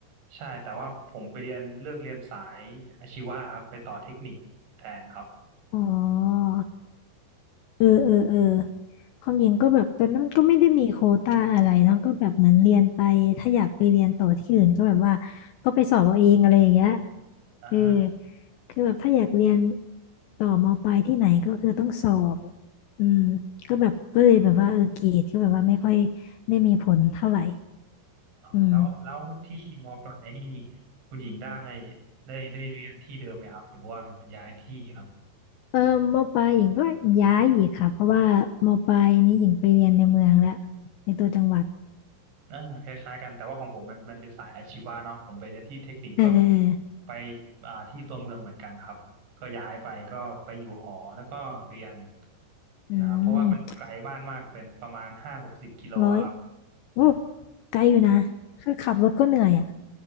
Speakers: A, on the right (about 60°); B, on the left (about 75°).
A: ใช่แต่ว่าผมไปเรียนเลือกเรียนสายอาชีวะครับไปต่อเทคนิคแทนครับ
B: อ๋อเออเออเออของหญิงก็แบบตอนนั้นมันก็ไม่ได้มีโควต้าอะไรเนาะก็แบบเหมือนเรียนไปถ้าอยากไปเรียนต่อที่อื่นก็แบบว่าก็ไปสอบเอาเองอะไรอย่างเงี้ย
A: อ่าฮะ
B: เออคือแบบถ้าอยากเรียนต่อมปลายที่ไหนก็คือต้องสอบอืมก็แบบก็เลยแบบว่าเออเกรดก็แบบว่าไม่ค่อยได้มีผลเท่าไหร่
A: อ่าแล้วแล้วที่มปลายนี่
B: อืม
A: คุณหญิงได้ได้ได้เรียนที่เดิมไหมครับหรือว่าย้ายที่ครับ
B: เออมปลายหญิงก็ย้ายอีกค่ะเพราะว่ามปลายนี้หญิงไปเรียนในเมืองแล้วในตัวจังหวัด
A: อ่าคล้ายๆกันแต่ว่าของผมมันมันเป็นสายอาชีวะเนาะผมไปเรียนที่เทคนิคก็
B: เออเออเออ
A: ไปอ่าที่ตัวเมืองเหมือนกันครับก็ย้ายไปก็ไปอยู่หอแล้วก็เรียน
B: อืม
A: นะครับเพราะว่ามันไกลบ้านมากเป็นประมาณห้าหกสิบกิโลอะครับ
B: ร้อยโอ้ไกลอยู่นะคือขับรถก็เหนื่อยอ่ะ